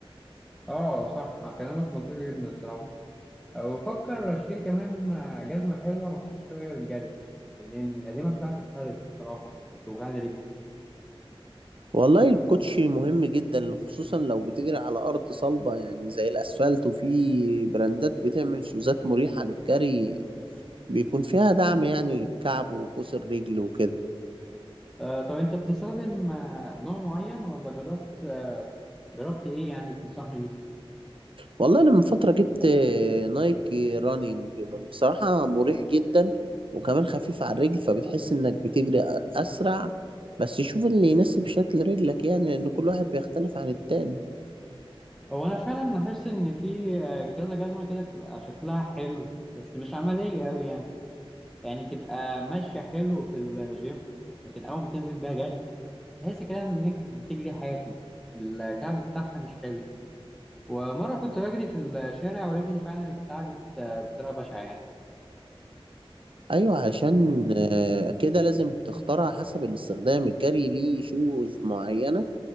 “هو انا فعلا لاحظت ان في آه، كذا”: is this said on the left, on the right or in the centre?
Centre